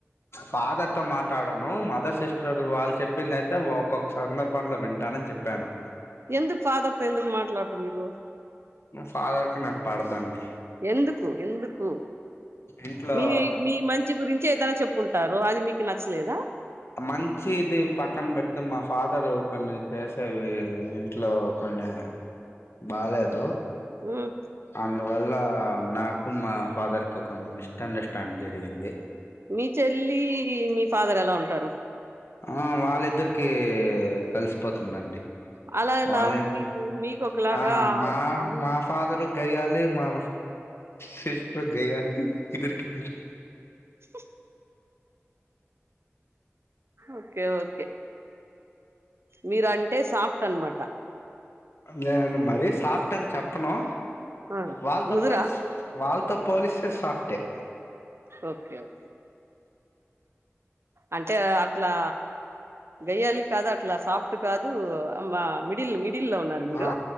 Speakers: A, on the left; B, on the right.
A: ఫాదర్ తో మాట్లాడను మదర్ సిస్టర్ వాళ్ళు చెప్పిందియితే ఒక్కొక్క సందర్భంలో వింటాను అని చెప్పాను
B: ఎందుకు ఫదర్తో ఎందుకు మాట్లాడరు మీరు
A: ఫాదర్ కి నాకు పడదండి
B: ఎందుకు ఎందుకు
A: ఇంట్లో
B: మీ మీ మంచి గురించే ఏదైనా చెప్పుంటారో అది మీకు నచ్చలేదా
A: మంచి ఇది పక్కన పెడితే మా ఫాదర్ కొన్ని చేసేవి ఇంట్లో కొన్ని బాలేదు
B: హ్మ్
A: అందువల్ల నాకు మా ఫాదర్ కి కొన్ని మిస్ అండర్స్టాం జరిగింది
B: మీ చెల్లి మీ ఫాదర్ ఎలా ఉంటారు
A: ఆ వాళ్ళిద్దరికి కలిసిపోతుందండి
B: అలా ఎలా
A: వాళ్ళ ఇద్దరు
B: మీకు మీకు ఒకలాగా
A: ఆ మా
B: అమ్మ
A: మా ఫాదరు గయలే మా సిట్టర్ గాయలే ఇద్దరి కిదరు
B: <inaudible> ఓకే ఓకే మీరు అంటే సాఫ్ట్ అనమాట
A: నేను మరీ సాఫ్ట్ అని చెప్పను
B: ఆ,
A: వాళ్ళతో
B: ముదురా
A: పోలి వాళ్ళ పోలిస్తే సాఫ్ట్ ఏ
B: ఓకే ఓకే అంటే అట్లా గయ్యాలి కాదు అట్లా సాఫ్ట్ కాదు మా మిడిల్ మిడిల్ లో ఉన్నారు మీరు
A: ఆ